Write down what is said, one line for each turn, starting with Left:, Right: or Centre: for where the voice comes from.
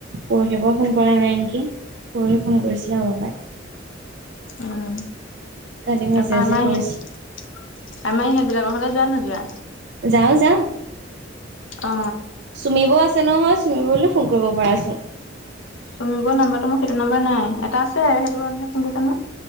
Right: পৰহিৰ পৰা ফোন কৰা নাই নেকি পৰহি ফোন কৰিছিলে আৰু বাই
Left: উমঁ
Right: কালি মেছেজে
Left: টকা নাই
Right: কৰিছিলে
Left: আমী সেইবিলাকৰ হলে যোৱা নোযোৱা
Right: যাওঁ যাওঁ।
Left: অ
Right: চুমি বৌউ আছে নহয় চুমি বৌউলে ফোন কৰিব পাৰাচোন।
Left: চুমি বৌউ নাম্বাৰটো মোৰ সটো নাম্বাৰ নাই এটা আছে সেইটো নাম্বাৰ না কোনটো জানো